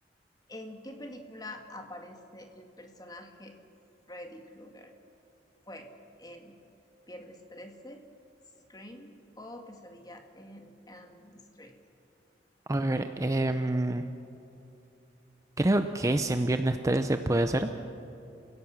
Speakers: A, on the left; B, on the right.
A: ¿En qué película aparece el personaje Freddy Krueger? Fue en "Viernes Trece", "Scream" o "Pesadilla en Elm Street".
B: A ver, em, creo que es en Viernes 13, puede ser.